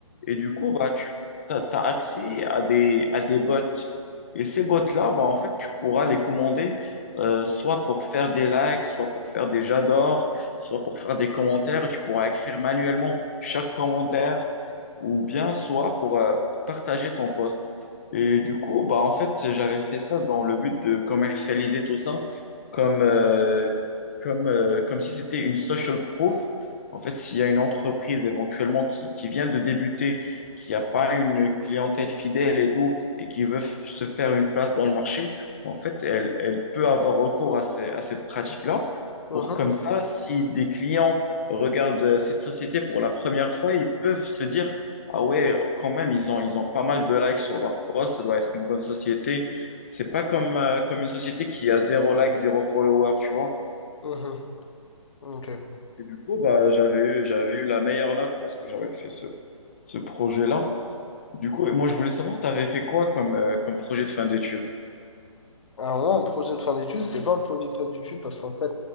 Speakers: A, on the left (about 25°); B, on the left (about 60°).
A: Et du coup, bah, tu as, accès à des, à des bots. Et ces bots-là, bah, en fait, tu pourras les commander euh, soit pour faire des likes, soit pour faire des j'adore, soit pour faire des commentaires. Tu pourras écrire manuellement chaque commentaire ou bien soit pour, euh, pour partager ton post. Et du coup, bah, en fait, j'avais fait ça dans le but de commercialiser tout ça comme, euh, comme, euh, comme si c'était une social proof en fait, s'il y a une entreprise éventuellement qui, qui vient de débuter, qui n'a pas une clientèle fidèle et tout, et qui veut f- se faire une place dans le marché, en fait, elle, elle peut avoir recours à, ces- à cette pratique-là
B: mhm,
A: pour comme ça, si des clients regardent euh, cette société pour la première fois, ils peuvent se dire, ah ouais, quand même, ils ont, ils ont pas mal de likes sur leur post, ça doit être une bonne société. C'est pas comme, euh, comme une société qui a zéro like, zéro follower, tu vois.
B: mhm, mhm. Ok.
A: Et du coup, bah, j'avais eu, j'avais eu la meilleure note parce que j'avais fait ce, ce projet-là. Du coup, et moi, je voulais savoir, tu avais fait quoi comme, euh, comme projet de fin d'études?
B: Alors moi, en projet de fin d'études, c'était pas un projet de fin d'études parce qu'en fait,